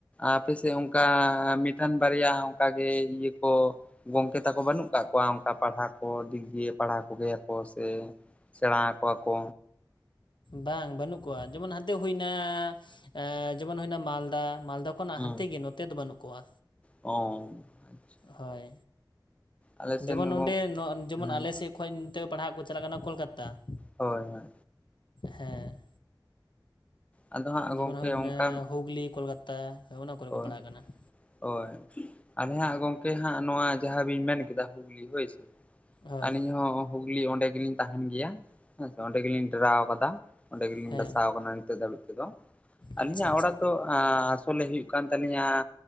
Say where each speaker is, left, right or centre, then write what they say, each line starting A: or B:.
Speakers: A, on the left (about 15°); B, on the left (about 80°).
A: ᱟᱯᱮ ᱥᱮᱫ ᱚᱱᱠᱟ ᱢᱤᱫᱴᱟᱱ ᱵᱟᱨᱭᱟ ᱚᱱᱠᱟ ᱜᱮ ᱤᱭᱟᱹ ᱠᱚ ᱜᱚᱝᱠᱮ ᱛᱟᱠᱚ ᱵᱟᱹᱱᱩᱜ ᱠᱟᱜ ᱠᱚᱣᱟ ᱚᱱᱠᱟ ᱯᱟᱲᱦᱟᱣ ᱠᱚ ᱫᱤᱠ ᱫᱤᱭᱮ ᱯᱟᱲᱦᱟᱣ ᱠᱚᱜᱮᱭᱟᱠᱚ ᱥᱮ ᱥᱮᱬᱟ ᱟᱠᱚᱣᱟ ᱠᱚ᱾
B: ᱵᱟᱝ ᱵᱟᱹᱱᱩᱜ ᱠᱚᱣᱟ, ᱡᱮᱢᱚᱱ ᱦᱟᱱᱛᱮ ᱦᱩᱭᱱᱟᱻ ᱮᱻ ᱡᱮᱢᱚᱱ ᱦᱩᱭᱱᱟ ᱢᱟᱞᱫᱟ ᱢᱟᱞᱫᱟ ᱠᱷᱚᱱᱟᱜ
A: ᱦᱩᱸ
B: ᱦᱟᱱᱛᱮ ᱜᱮ ᱱᱚᱛᱮ ᱫᱚ ᱵᱟᱹᱱᱩᱜ ᱠᱚᱣᱟ᱾
A: ᱚ ᱟᱪᱪᱷᱟ,
B: ᱦᱳᱭ,
A: ᱟᱞᱮ ᱥᱮᱱ
B: ᱡᱮᱢᱚᱱ ᱱᱚᱸᱰᱮ
A: ᱦᱚᱸ
B: ᱱᱚ ᱡᱮᱢᱚᱱ
A: ᱦᱳᱭ
B: ᱟᱞᱮᱥᱮᱫ ᱠᱷᱚᱡ ᱱᱚᱛᱮᱜ ᱯᱟᱲᱦᱟᱜ ᱠᱚ ᱪᱟᱞᱟᱜ ᱠᱟᱱᱟ ᱠᱳᱞᱠᱟᱛᱟ ᱾
A: ᱦᱳᱭ ᱦᱳᱭ,
B: ᱦᱮᱸ,
A: ᱟᱫᱚ ᱦᱟᱸᱜ
B: ᱡᱮᱢᱚᱱ
A: ᱜᱚᱝᱠᱮ
B: ᱦᱩᱭᱱᱟ
A: ᱚᱱᱠᱟ
B: ᱦᱩᱜᱽᱞᱤ, ᱠᱳᱞᱠᱟᱛᱟ ᱚᱱᱟ ᱠᱚᱨᱮ
A: ᱦᱳᱭ
B: ᱠᱚ ᱯᱟᱲᱦᱟᱜ ᱠᱟᱱᱟ ᱾
A: ᱦᱳᱭ, ᱟᱞᱮ ᱦᱟᱸᱜ ᱜᱚᱝᱠᱮ ᱦᱟᱸᱜ ᱱᱚᱣᱟ ᱡᱟᱦᱟᱸ ᱵᱤᱱ ᱢᱮᱱ ᱠᱮᱫᱟ ᱦᱩᱜᱽᱞᱤ ᱦᱳᱭ ᱥᱮ
B: ᱦᱳᱭ
A: ᱟᱹᱞᱤᱧ ᱦᱚᱸ ᱦᱩᱜᱽᱞᱤ ᱚᱸᱰᱮ ᱜᱮᱞᱤᱧ ᱛᱟᱦᱮᱸᱱ ᱜᱮᱭᱟ ᱾ ᱦᱮᱸ ᱛᱚ ᱚᱸᱰᱮ ᱜᱮᱞᱤᱧ ᱰᱮᱨᱟᱣ ᱠᱟᱫᱟ, ᱚᱸᱰᱮ ᱜᱮᱞᱤᱧ
B: ᱦᱮᱸ
A: ᱰᱟᱥᱟᱣ ᱠᱟᱱᱟ ᱱᱤᱛᱚᱜ ᱫᱷᱟᱹᱵᱤᱡ ᱛᱮᱫᱚ ᱾ ᱟᱹᱞᱤᱧᱟᱜ
B: ᱟᱪᱪᱷᱟ ᱟᱪᱪᱷᱟ
A: ᱚᱲᱟᱜ ᱫᱚ ᱟᱻ ᱚᱞᱮ ᱦᱩᱭᱩᱜ ᱠᱟᱱ ᱛᱟᱹᱞᱤᱧᱟ,